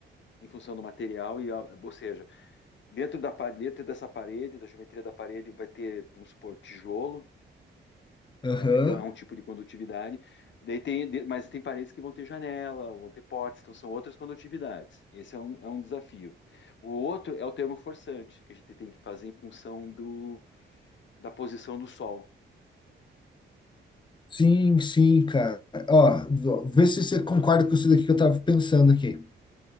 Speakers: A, on the left; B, on the left.
A: em função do material, e, a- ou seja, dentro da parede, dentro dessa parede, da geometria da parede, vai ter, vamos supor, tijolo,
B: Aham.
A: né? Então é um tipo de condutividade. Daí tem, de- mas tem paredes que vão ter janela, vão ter potes, então são outras condutividades. Esse é um, é um desafio. O outro é o termo forçante, que a gente tem que fazer em função do, da posição do sol.
B: Sim, sim, cara. Ó, ó, vê se você concorda com isso daqui que eu tava pensando aqui.